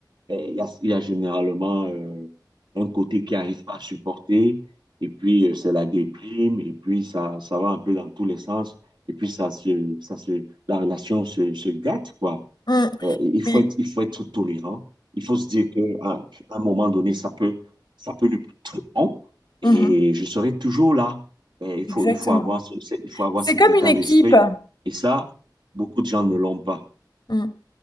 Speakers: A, on the right; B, on the left.
A: eh, il y a, il y a généralement euh, un côté qui n'arrive pas à supporter, et puis euh, c'est la déprime, et puis ça, ça va un peu dans tous les sens, et puis ça se, ça se, la relation se, se gâte, quoi.
B: Mm.
A: Euh, et il faut
B: Oui.
A: être, il faut être tolérant. Il faut se dire qu'à à à un moment donné, ça peut, ça peut ne plus être bon, et
B: Mhm.
A: je serai toujours là. Mais il faut,
B: Exactement.
A: il faut avoir ce- ce- il faut avoir
B: C'est
A: cet
B: comme
A: état
B: une équipe.
A: d'esprit. Et ça, beaucoup de gens ne l'ont pas.
B: Mm.